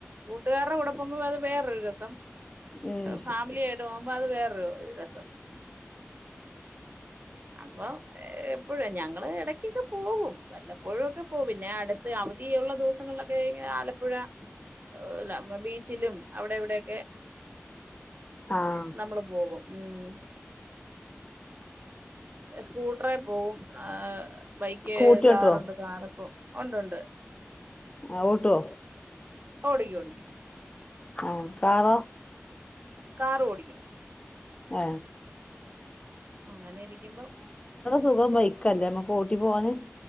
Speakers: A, on the right; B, on the left.
A: കൂട്ടുകാരുടെ കൂടെ മ്പം അത് വേറെരു രസം
B: ഉം
A: ഫാമിലി പോകുമ്പോ അത് വേറൊരു ഇത് രസം അപ്പൊ എപ്പോഴും ഞങ്ങള് എടക്കൊക്കെ പോകും വല്ല ഒഴുവൊക്കെ പോവും പിന്നെ ആട അവധിയുള്ള ദിവസങ്ങളിലൊക്കെ ഇങ്ങനെ ആലപ്പുഴ ഏഹ് ല ബീച്ചിലും അവിടെ എവിടെ ക്കെ
B: ആഹ്
A: നമ്മള് പോകും. ഉം സ്കൂട്ടറെ പോവും ആ ബൈക്ക്
B: സ്കൂട്ടി ഓട്ടോ
A: കാറുണ്ട് കാറ് ഒ ഒണ്ടൊണ്ട്
B: ആഹ് ഓട്ടോ
A: ഓടിക്കും ഓടിക്കും
B: അ പാറ
A: കാറു ഓടിക്കും
B: ആ
A: അങ്ങനെ ഇരിക്കുമ്പോ
B: സുഖം വൈക്കല്ലേ മക കോട്ടി പോവാന്